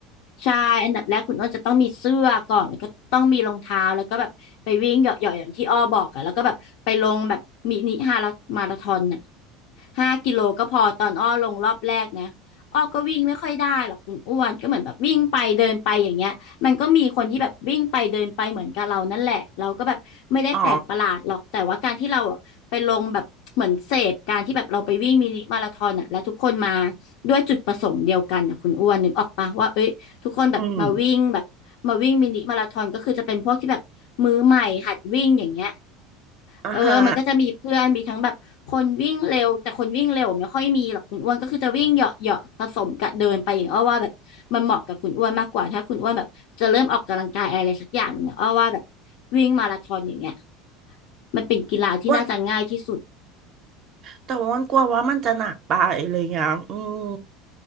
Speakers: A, on the left; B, on the right.
A: ใช่อันดับแรกคุณอ้นจะต้องมีเสื้อก่อนแล้วก็ต้องมีรองเท้าแล้วก็แบบไปวิ่งเหยาะๆอย่างที่อ้อบอกอะแล้วก็แบบไปลงแบบมินิฮาลามาราธอนน่ะห้ากิโลก็พอตอนอ้อลงรอบแรกนะอ้อก็วิ่งไม่ค่อยได้หรอกคุณอ้วนก็เหมือนแบบวิ่งไปเดินไปอย่างเงี้ยมันก็มีคนที่แบบวิ่งไปเดินไปเหมือนกับเรานั่นแหละเราก็แบบไม่ได้แปลกประหลาดหรอกแต่ว่าการที่เราอะไปลงแบบเหมือนเสพการที่แบบเราไปวิ่งมินิมาราธอนอะแล้วทุกคนมา
B: อ๋อ
A: ด้วยจุดประสงค์เดียวกันนะคุณอ้วนนึกออกปะว่าเอ้ย ทุกคนแบบมาวิ่งแบบมาวิ่งมินิมาราธอนก็คือจะเป็นพวกที่แบบมือใหม่หัดวิ่งอย่างเงี้ย
B: อืมอ่าฮะ
A: เออมันก็จะมีเพื่อนมีทั้งแบบคนวิ่งเร็วแต่คนวิ่งเร็วไม่ค่อยมีหรอกคุณอ้วนก็คือจะวิ่งเหยาะเหาะผสมกับเดินไปอย่างอ้อว่าแบบมันเหมาะกับคุณอ้วนมากกว่าถ้าคุณอ้วนแบบจะเริ่มออกกำลังกายอะไรสักอย่างหนึ่งอะอ้อว่าแบบวิ่งมาราธอนอย่างเงี้ยมันเป็นกีฬาที่น่าจะง่ายที่สุด
B: อ้ว่าแต่ว่ามันกลัวว่ามันจะหนักไปอะไรเงี้ยอืม